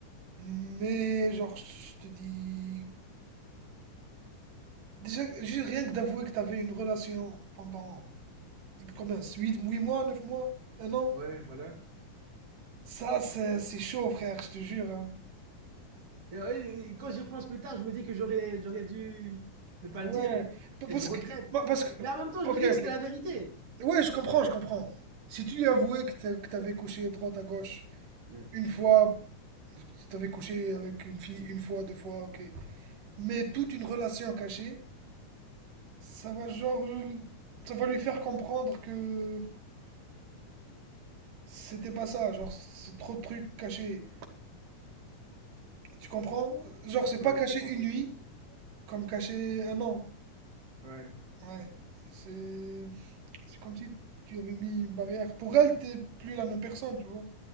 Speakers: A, on the right; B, on the right.
A: Mais genre, je te dis Déjà, juste rien que d'avouer que t'avais une relation pendant combien 8 mois, 9 mois, un an?
B: Ouais, voilà.
A: Ça, c'est c'est chaud, frère, je te jure. hein.
B: Et, euh, et- et quand j'y repense plus tard, je me dis que j'aurais, j'aurais dû ne pas
A: Ouais,
B: le dire.
A: pa-
B: Et
A: parce
B: je regrette.
A: que, pa- parce que,
B: Mais en même temps, je
A: ok,
B: me dis que
A: ok.
B: c'était la vérité.
A: Ouais, je comprends, je comprends. Si tu lui avouais que t'a- que t'avais couché droite à gauche
B: Ouais,
A: une fois, que t'avais couché avec une fille une fois, deux fois, ok. Mais toute une relation cachée, ça va genre, ça va lui faire comprendre que c'était pas ça, genre c'est trop de trucs cachés. Tu comprends? Genre, c'est
B: Ouais,
A: pas cacher
B: je comprends.
A: une nuit comme cacher un an.
B: Ouais,
A: Ouais. C'est c'est comme si tu avais mis une barrière. Pour elle, t'es plus la même personne, tu vois.